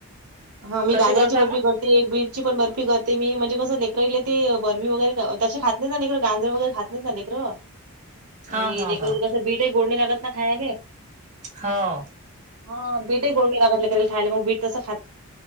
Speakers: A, on the right; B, on the right.
A: हां, मी
B: कशी
A: गाजराची
B: करता
A: बर्फी
B: मग
A: कर- ते बीटची पण बर्फी करते मी, म्हणजे कसं लेकरले ते बर्फी वगैरे, तसे खात नाही ना लेकर गांजर वगैरे खात- ''आहेत ना लेकरं,
B: हा
A: आणि
B: हा
A: लेकर
B: हा
A: कसं बीटही गोड नाही लागत ना खायले. ''
B: हो
A: हा, बीटही गोड ही लागत नाही लेकराले खायले मग बीट तस खात-